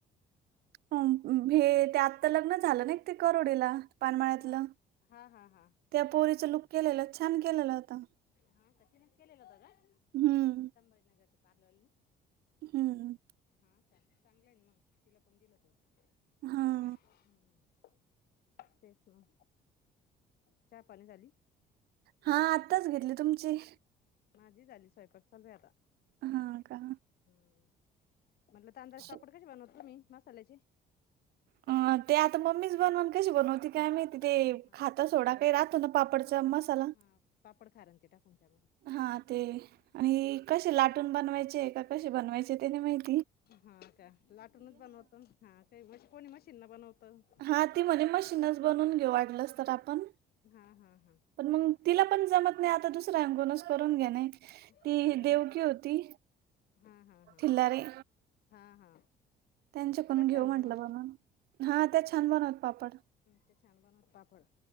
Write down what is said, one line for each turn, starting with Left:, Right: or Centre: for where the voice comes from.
Right: हो हे ते आता लग्न झालं ना ते करोडीला पानमाळ्यातलं?
Left: हा हा हा हा
Right: त्या पोरीचं लुक केलेलं छान केलेलं होत.
Left: हा का तिनेचं केलं होतं का?
Right: हम्म
Left: संभजीनगर ची पार्लर वाली ना?
Right: हम्म,
Left: हा चांगलंय मगं तिला पण दिलं होतं.
Right: हा.
Left: हम्म, तेच म चहा पाणी झाली?
Right: हा आत्ताच घेतली, तुमची?
Left: माझी झाली, स्वयंपाक चालू आहे आता,
Right: हा का
Left: ह्म्म. म्हणलं तांदळाचे
Right: स-
Left: पापड कशे बनवता तुम्ही मसाल्याचे?
Right: अ ते आता मम्मीच बनवणं, कशी बनवती? काय माहिती ते
Left: हा
Right: खात
Left: का
Right: सोडा काही राहतो ना पापडचा मसाला
Left: हा पापड खारंते टाकून त्यामध्ये
Right: हा ते आणि हे कशे लाटून बनवायचे का कशे बनवायचे ते नाही माहीत.
Left: हा का, लाटूनच बनवतो ना, हा काही म कोणी मशीननं बनवतं.
Right: हा ती म्हणे मशीनचं बनून घेऊ वाटलंस तर आपण.
Left: हा, हा, हा.
Right: पण मंग तिला पण जमत नाही आता दुसऱ्याकुनच् करून घेणे
Left: हा
Right: ती
Left: का
Right: देवकी होती,
Left: हा हा हा
Right: ठिल्लारी
Left: हा- हा.
Right: त्यांच्याकुन
Left: तिला
Right: घेऊ
Left: छान
Right: म्हंटलं
Left: बनवत
Right: बनुन, हा त्या छान बनवता पापड.
Left: त्या छान बनवता पापड.